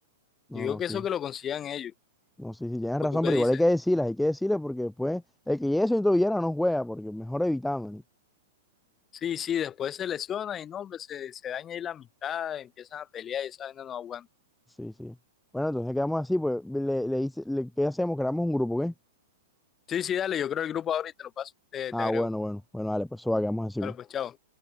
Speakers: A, in the centre; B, on the left.
A: No,
B: Yo digo
A: no,
B: que
A: sí,
B: eso que lo consigan ellos.
A: no, sí, sí, tienes razón,
B: ¿O tú qué
A: pero
B: dices?
A: igual hay que decirlas, hay que decirles, porque después el que llegue sin tobillera no juega, porque mejor evitamos. ¿no?
B: Sí, sí, después se lesiona y no, hombre, se, se daña ahí la amistad, empiezan a pelear y esa vaina no aguanta.
A: Sí, sí. Bueno, entonces quedamos así, pues, le, le, hice- le- ¿qué hacemos? Creamos un grupo, ¿qué?
B: Sí, sí, dale, yo creo el grupo ahora y te lo paso, te,
A: Ah,
B: te agrego.
A: bueno, bueno, bueno, dale, pues eso va, quedamos así,
B: Dale,
A: pues.
B: pues, chao.